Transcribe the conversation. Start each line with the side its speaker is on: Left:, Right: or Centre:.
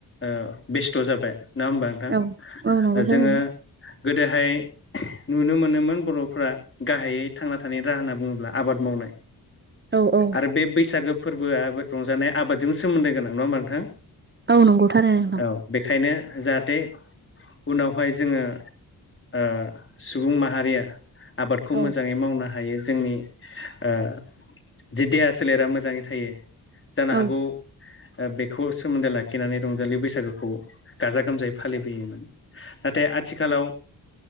Left: ओ बेस्थ' जाबाय नङा होमबा नोंथां
Right: औ औ नंगौ
Left: ओ
Right: थारैनो
Left: जोङो गोदोहाय नुनो मोनोमोन बर'फ्रा गाहायै थांना थानायनि राहा होनना बुङोब्ला आबाद मावनाय
Right: औ औ
Left: आरो बे बैसागो फोरबोआ रंजानाय आबादजों सोमोन्दो गोनां नङा होमबा नोंथां?
Right: औ नोंगौ थारो नोंथां।
Left: अ बेखायनो जाहाथे उनावहाय जोङो ओ सुबुं माहारिया आबादखौ
Right: औ
Left: मोजाङै मावनो हायो जोंनि ओ जि देहा सोलेरा मोजाङै थायो जानो
Right: औ
Left: हागौ ओ बेखौ सोमोन्दो लाखिनानै रंजालि बैसागोखौ गाजा गोमजायै फालिबोयोमोन। नाथाय आथिखालाव